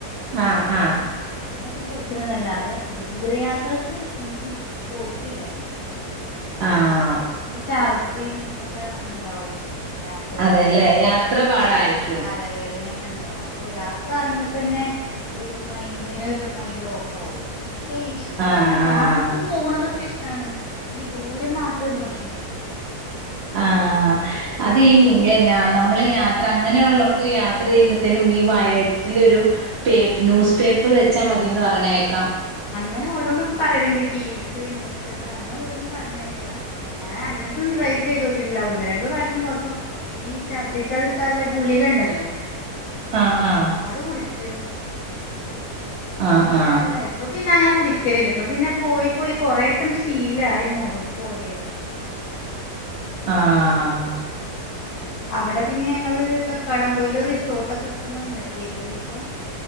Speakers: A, on the right (about 60°); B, on the left (about 70°).
A: ആഹ് ആഹ്
B: അങ്ങനെയെക്കെ പോയിക്ക്ണ് ന്നല്ലാതെ ദൂരയാത്രക്ക് ഇൻക്ക് പോയിറ്റില്ല
A: ആഹ്
B: ഈ ഛർദിം ഒക്കെ ഇണ്ടാവും യാത്ര ചെയ്യുമ്പോ
A: അതെല്ലേ യാത്ര പാടായിരിക്കും
B: ആ തലവേദന ഒക്കെ ഉണ്ടാവും അപ്പൊ യാത്ര ആരംഭ തന്നെ ഒരു മൈൻഡിന് ഒരു മൈൻഡ് ഓഫ് ആകും <inaudible> ഇഷ്ടാണ്
A: ആഹ്
B: കാണുന്നതും പോണതൊക്കെ ഇഷ്ടാണ് ഈ ദൂരം മാത്രമേ ഒരു പ്രശ്നായിട്ടുള്ളൂ
A: ആഹ് ഏഹ് അത് ഈ എന്നാ നമ്മള് യാത്ര അങ്ങനെയുള്ളവർക്ക് യാത്ര ചെയ്യുമ്പോത്തേനും ഈ വയറ്റിലൊരു പേ ന്യൂസ് പേപ്പർ വെച്ചാ മതിന്ന് പറയണേക്കാം
B: അങ്ങനെ ഓരോന്നൊക്കെ പറയല്ണ്ട് കീസ് ന്യൂസ് പേപ്പറ് അങ്ങനെ ഓരോന്ന് പറയണേക്കാ ഞാൻ അങ്ങനത്തൊന്നും ട്രൈ ചെയ്ത് നോക്കിട്ടില്ല ഒന്ന് രണ്ടു പ്രാവശ്യം പോയപ്പോ ഈ ഛർദ്ദിക്കാതിരിക്കാനുള്ള ഗുളികണ്ടല്ലോ
A: ആഹ് ആഹ്
B: അത് കുടിച്ചു
A: ആഹ്
B: പിന്നെ
A: ആഹ്
B: അല്ല ഇപ്പൊ പിന്നെ അങ്ങനെ കുടിക്കലില്ല ഇപ്പൊ പിന്നെ പോയി പോയി കൊറേക്കെ ശീലായ മോ പോലെയാണ്
A: ആഹ്
B: അവ്ടെ പിന്നെ ഞങ്ങള് കക്കാടംപോയില് റിസോർട്ട് ഒക്കെ എടുക്കുന്ന <unintelligible>